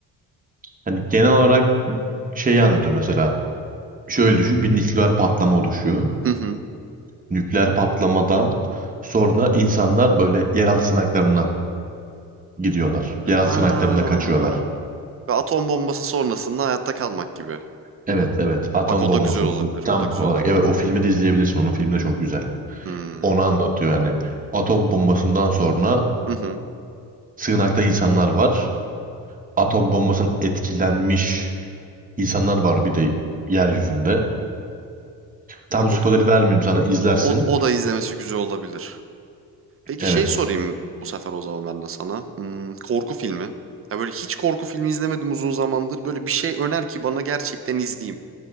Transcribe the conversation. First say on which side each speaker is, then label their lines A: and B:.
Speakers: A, on the right; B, on the right.
A: Hani genel olarak şeyi anlatıyor mesela. Şöyle düşün bir nükleer patlama oluşuyor.
B: Hı hı.
A: nükleer patlamadan sonra insanlar böyle yeraltı sığınaklarına gidiyorlar.
B: Ha.
A: Yeraltı sığınaklarına kaçıyorlar.
B: Ve atom bombası sonrasında hayatta kalmak gibi.
A: Evet evet atom
B: Bak o
A: bombası
B: da güzel
A: sorusu
B: olabilir.
A: tam
B: O da güzel
A: olarak
B: olabilir.
A: evet o filmi de izleyebilirsin onun filmi de çok güzel.
B: Hmm.
A: Onu anlatıyor yani. Atom bombasından sonra
B: Hı hı.
A: sığınakta insanlar var. Atom bombasının etkilenmiş insanlar var bir de yeryüzünde. Tam
B: Bak
A: spoiler
B: o da,
A: vermeyeyim sana izlersin.
B: o, o da izlemesi güzel olabilir. Peki
A: Evet.
B: şey sorayım bu sefer o zaman ben de sana. Hmm, korku filmi. Ya böyle hiç korku filmi izlemedim uzun zamandır. Böyle bir şey öner ki bana gerçekten izleyeyim.